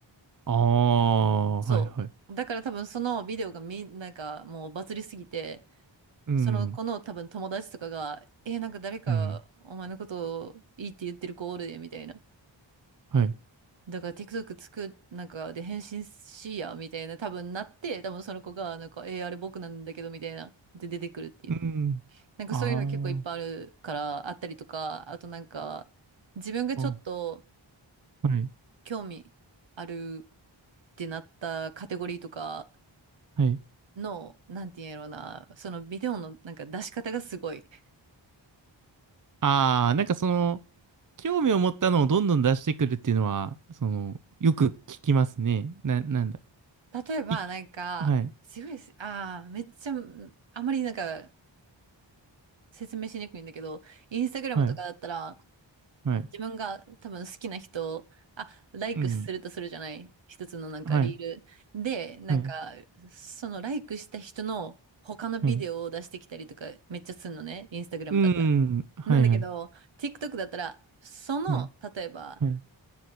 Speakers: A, on the right (about 40°); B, on the right (about 70°).
A: ああ、
B: そう。
A: はいはい。
B: だから多分そのビデオがみ、なんかもうバズりすぎて、
A: うん、
B: その子の多分友達とかが、えー、なんか誰かお前のことをいいって言ってる子おるで、
A: うん、
B: みたいな。
A: はい。
B: だから TikTok つく、なんかで返信しいや、みたいな多分なって、多分その子が、なんか、えー、あれ僕なんだけど、みたいな。で出てくるっていう。
A: うん。
B: なんかそういうの結構いっぱいあるから、
A: あ
B: あったりとか、あとなんか、自分がちょっと
A: あ、うんはい。
B: 興味あるってなったカテゴリーとか
A: はい。
B: の、なんて言うんやろうな、そのビデオのなんか出し方がすごい。
A: あああはいはいああなんかその、興味を持ったのをどんどん出してくるっていうのは、その、よく聞きますね。な、なんだ。
B: 例えばなんか、
A: い、はい、
B: すごいです。ああ、めっちゃ、あんまりなんか説明しにくいんだけど、インスタグラムとかだったら、
A: はい。はい。
B: 自分が多分好きな人を、あ、ライクするとするじゃない。
A: うん、
B: 一つのなんかリール。
A: はい。
B: で、なんか、
A: はい。
B: そのライクした人の他のビデオを出してきたりとかめっちゃするのね。
A: はい。
B: インスタグラムだったら。
A: うん、はいはい、
B: なんだけど、TikTok だったら、その、
A: はい。
B: 例えば、
A: はい。